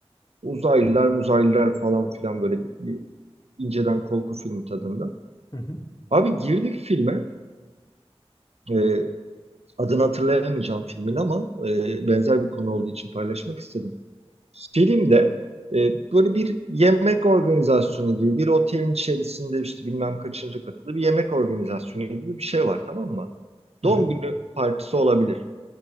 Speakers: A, on the right; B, on the left.
A: Uzaylılar, muzaylılar falan filan böyle bir, bir inceden korku filmi tadında.
B: Hı hı.
A: Abi girdik filme. Ee, adını hatırlayamayacağım filmin ama e, benzer bir konu olduğu için paylaşmak istedim. Filmde e, böyle bir yemek organizasyonu gibi bir otelin içerisinde işte bilmem kaçıncı katılı bir yemek organizasyonu gibi bir şey var tamam mı?
B: Hı
A: Doğum
B: hı.
A: günü partisi olabilir.